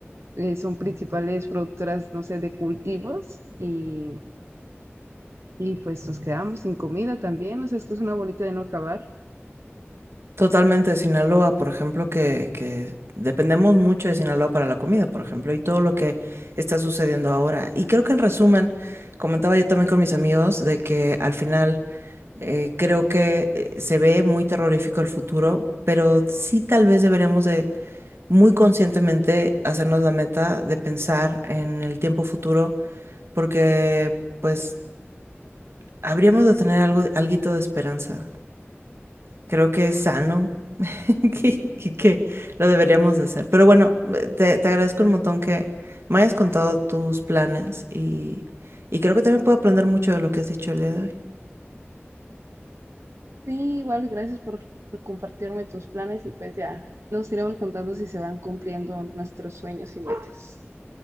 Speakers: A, on the right; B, on the right.
A: eh, son principales productoras, no sé, de cultivos y, y pues nos quedamos sin comida también, o sea, es que es una bolita de no acabar.
B: Totalmente, Sinaloa, por ejemplo, que, que dependemos mucho de Sinaloa para la comida, por ejemplo, y todo lo que está sucediendo ahora. Y creo que en resumen, comentaba yo también con mis amigos de que al final eh, creo que eh, se ve muy terrorífico el futuro, pero sí tal vez deberíamos de muy conscientemente hacernos la meta de pensar en el tiempo futuro, porque pues habríamos de tener algo, alguito de esperanza. Creo que es sano <laughs> y que lo deberíamos de hacer. Pero bueno, eh, te, te agradezco un montón que me hayas contado tus planes y, y creo que también puedo aprender mucho de lo que has dicho el día de hoy.
A: Sí, igual, gracias por, por compartirme tus planes y pues ya nos iremos contando si se van cumpliendo nuestros sueños y metas.